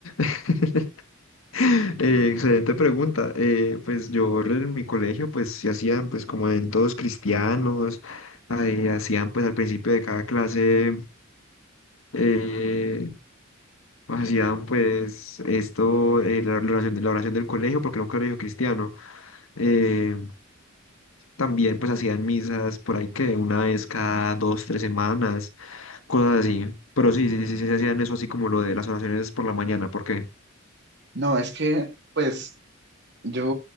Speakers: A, on the left; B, on the right.
A: <laughs> Eh, excelente pregunta. Eh, pues yo en mi colegio pues se hacían pues como en todos cristianos, ahí hacían pues al principio de cada clase, eh, pues, hacían pues esto, eh, la, la oración, la oración del colegio, porque era un colegio cristiano. Eh, también pues hacían misas por ahí que una vez cada dos, tres semanas, cosas así. Pero sí, sí, sí, sí, sí, se hacían eso así como lo de las oraciones por la mañana, porque
B: No, es que, pues. Yo